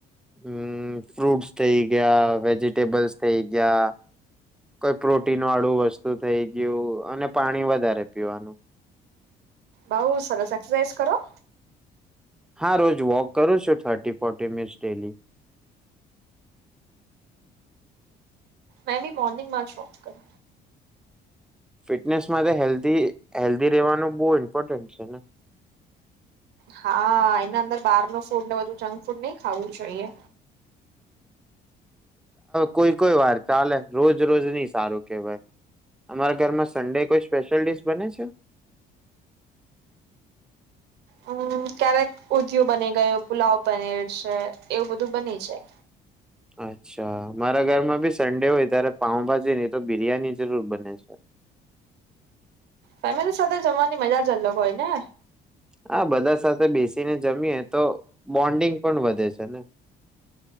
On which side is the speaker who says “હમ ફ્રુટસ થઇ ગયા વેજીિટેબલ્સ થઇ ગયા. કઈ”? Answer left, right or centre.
Centre